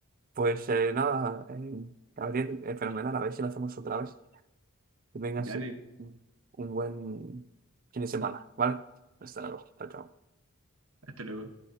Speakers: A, on the right; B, on the right.
A: Pues eh, nada, eh, Gabriel, eh, fenomenal. A ver si lo hacemos otra vez. Que tengas
B: Dale,
A: eh, un un buen fin de semana, ¿vale? Hasta luego. Chao, chao.
B: hasta luego.